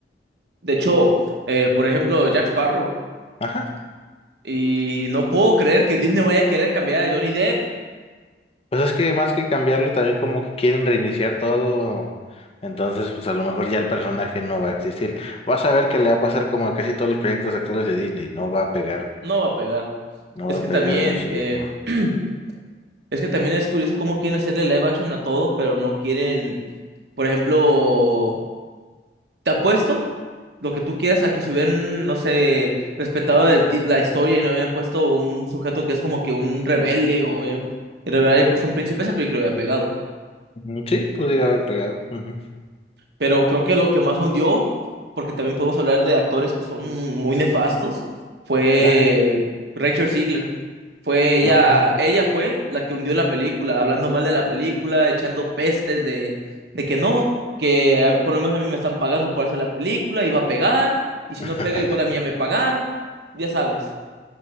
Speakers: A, on the right; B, on the left.
A: De hecho, eh, por ejemplo, Jack Sparrow.
B: Ajá.
A: Y no puedo creer que Disney vaya a querer cambiar a Johnny Depp.
B: Pues es que más que cambiarlo, también como que quieren reiniciar todo. Entonces, pues a lo mejor ya el personaje no va a existir. Vas a ver que le va a pasar como a casi todos los proyectos actuales de Disney. No va a pegar.
A: No va a pegar.
B: No
A: Es
B: va
A: que
B: a
A: también,
B: pegar en absoluto.
A: eh, <clears throat> es que también es curioso cómo quieren hacerle live action a todo, pero no quieren, por ejemplo, Te apuesto lo que tú quieras a que si hubieran, no sé, respetado el ti- la historia y no habían puesto un sujeto que es como que un rebelde o eh, y le hubieran puesto un príncipe, esa película hubiera pegado.
B: Mm, Sí, pudiera haber pegado. Ujú.
A: Pero creo que lo que más hundió, porque también podemos hablar de actores que son muy nefastos, fue
B: Ah,
A: Rachel Ziegler. Fue ella,
B: ajá.
A: ella fue la que hundió la película, hablando mal de la película, echando pestes de, de que no, que a- por lo menos a mí me están pagando por hacer la película, iba a pegar, y si
B: <laughs>
A: no pega, igual a mí ya me pagaron, ya sabes.